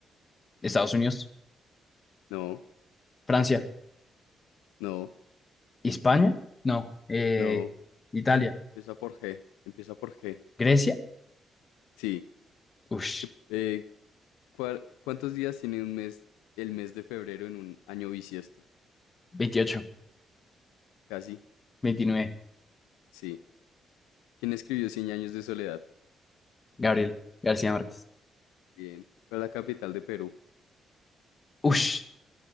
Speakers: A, on the left; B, on the left.
A: Estados Unidos,
B: No,
A: Francia,
B: no,
A: España, no, eh,
B: no.
A: Italia,
B: Empieza por G. Empieza por G.
A: Grecia,
B: Sí.
A: ush,
B: ¿Qué- eh, cuál- ¿Cuántos días tiene un mes, el mes de febrero en un año bisiesto?
A: veintiocho
B: Casi.
A: veintinueve
B: Sí. ¿Quién escribió Cien años de soledad?
A: Gabriel García Márquez.
B: Bien. ¿Cuál es la capital de Perú?
A: Ush,